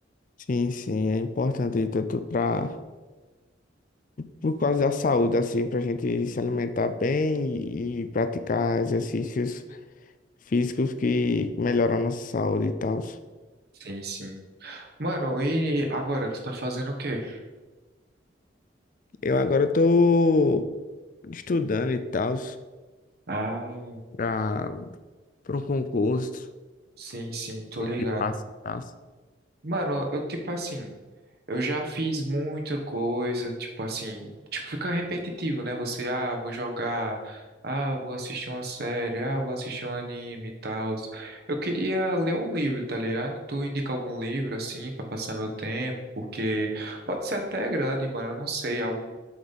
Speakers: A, on the left (about 45°); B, on the right (about 55°).
A: Sim, sim, é importante tanto para por causa da saúde, assim, para a gente se alimentar bem e, e praticar exercícios físicos que melhoram a nossa saúde e tal.
B: Sim, sim. Mano, e agora tu tá fazendo o quê?
A: Eu agora estou estudando e tal
B: Ah,
A: para para um concurso,
B: sim, sim, tô
A: esse
B: ligado.
A: passo e tal.
B: Mano, eu tipo assim, eu já fiz muita coisa, tipo assim, tipo fica repetitivo, né? Você, ah, vou jogar, ah, vou assistir uma série, ah, vou assistir um anime e tal. Eu queria ler um livro, tá ligado? Tu indica algum livro assim pra passar meu tempo, porque pode ser até grande, mano, eu não sei, algum